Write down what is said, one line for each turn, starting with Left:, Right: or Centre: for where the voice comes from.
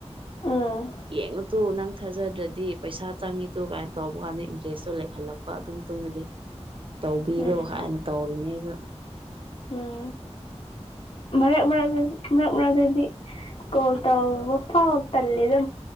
Left: ꯎꯝ
Right: ꯌꯦꯡꯉꯨ ꯇꯨ ꯅꯪ ꯊꯥꯖꯗ꯭ꯔꯗꯤ ꯄꯩꯁꯥ ꯆꯪꯉꯤꯇꯨ ꯀꯥꯏꯅ ꯇꯧꯕ ꯀꯥꯟꯗ ꯏꯟꯇꯔꯦꯁꯇꯣ ꯂꯩꯈꯠꯂꯛꯄ ꯑꯗꯨ ꯃꯇꯨꯡꯗꯗꯤ ꯇꯧꯕꯤꯔꯣ
Left: ꯎꯝ
Right: ꯍꯥꯏꯅ ꯇꯧꯔꯤꯅꯤ ꯑꯩꯁꯨ
Left: ꯎꯝ ꯃꯔꯛ ꯃꯔꯛꯇꯁꯨ ꯃꯔꯛ ꯃꯔꯛꯇꯗꯗꯤ ꯀꯣꯜ ꯇꯧꯕ ꯐꯥꯎ ꯇꯜꯂꯦꯗ